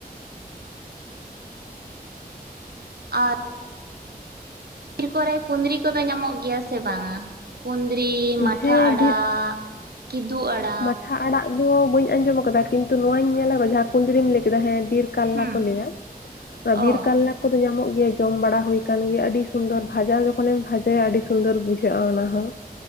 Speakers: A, on the right (about 80°); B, on the left (about 85°).
A: ᱟᱨ ᱵᱤᱨ ᱠᱚᱨᱮ ᱠᱩᱸᱫᱽᱨᱤ ᱠᱚᱫᱚ ᱧᱟᱢᱚᱜ ᱜᱮᱭᱟ ᱥᱮ ᱵᱟᱝᱟ <inaudible> ᱠᱩᱸᱫᱽᱨᱤ ᱢᱟᱴᱷᱟ
B: ᱦᱮᱸ
A: ᱟᱲᱟᱜ
B: ᱵᱤᱨ
A: ᱠᱤᱫᱩ ᱟᱲᱟᱜ
B: ᱢᱟᱴᱷᱟ ᱟᱲᱟᱜ ᱫᱚ ᱵᱟᱹᱧ ᱟᱸᱡᱚᱢ ᱟᱠᱟᱫᱟ ᱠᱤᱱᱛᱩ ᱱᱚᱣᱟᱧ ᱧᱮᱞᱼᱟ ᱡᱟᱦᱟᱸ ᱠᱩᱸᱫᱽᱨᱤᱢ ᱞᱟᱹᱭ ᱠᱮᱫᱟ ᱦᱮᱸ ᱵᱤᱨ ᱠᱟᱨᱞᱟ
A: ᱦᱩᱸ
B: ᱠᱚ ᱞᱟᱹᱭᱟ ᱚᱱᱟ ᱵᱤᱨ
A: ᱚ
B: ᱠᱟᱨᱞᱟ ᱠᱚ ᱫᱚ ᱧᱟᱢᱚᱜ ᱜᱮᱭᱟ ᱡᱚᱢ ᱵᱟᱲᱟ ᱦᱩᱭ ᱠᱟᱱ ᱜᱮᱭᱟ ᱟᱹᱰᱤ ᱥᱩᱱᱫᱚᱨ ᱵᱷᱟᱡᱟ ᱡᱚᱠᱷᱚᱱᱮᱢ ᱵᱷᱟᱡᱟᱭᱟ ᱟᱹᱰᱤ ᱥᱩᱱᱫᱚᱨ ᱵᱩᱡᱷᱟᱹᱜᱼᱟ ᱚᱱᱟ ᱦᱚᱸ